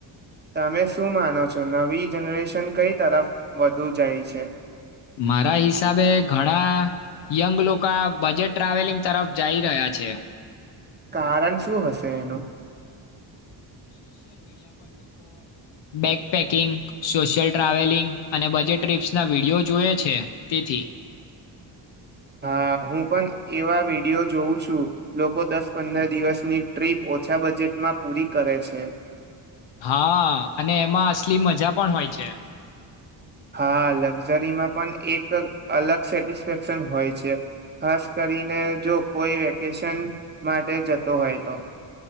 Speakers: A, on the right; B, on the left.
A: તમે શું માનો છો નવી જનરેશન કઈ તરફ વધુ જાય છે?
B: મારા હિસાબે ઘણા યંગ લોકો બજેટ ટ્રાવેલિંગ તરફ જઈ રહ્યા છે.
A: કારણ શું હશે એનું?
B: બેક પેકિંગ, સોશિયલ ટ્રાવેલિંગ અને બજેટ ટ્ર્રીપ્સના વિડીયો જોય છે તેથી.
A: હા હું પણ એવા વિડિયો જોઉં છું લોકો દસ પંદર દિવસની ટ્રીપ ઓછા બજેટમાં પૂરી કરે છે.
B: હા અને એમાં અસલી મજા પણ હોય છે.
A: હા લક્ઝરીમાં પણ એક અલગ સેટિસ્ફેક્શન હોય છે ખાસ કરીને જો કોઈ વેકેશન માટે જતો હોય તો.